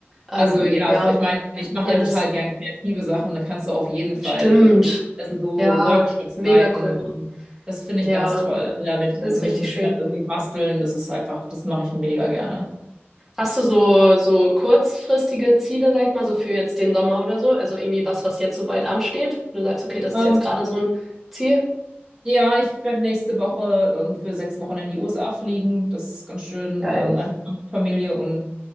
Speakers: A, in the centre; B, on the right (about 20°).
A: ähm,
B: Also ja,
A: ja,
B: ich meine, ich mache
A: alles.
B: ja total gern kreative Sachen, da kannst du auf jeden Fall
A: Stimmt,
B: also so
A: ja,
B: Workshops
A: mega
B: leiten
A: cool,
B: und das finde ich
A: ja,
B: ganz toll. Also da mit irgendwelchen
A: das ist richtig
B: Kindern
A: schön.
B: irgendwie basteln, das ist einfach, das mache ich mega
A: Ja.
B: gerne.
A: Hast du so, so kurzfristige Ziele, sag ich mal, so für jetzt den Sommer oder so? Also irgendwie was, was jetzt so bald ansteht? Du sagst, okay, das
B: Ähm,
A: ist jetzt gerade so ein Ziel.
B: ja, ich werde nächste Woche ähm, für sechs Wochen in die USA fliegen. Das ist ganz schön.
A: Geil.
B: Ähm, einfach Familie und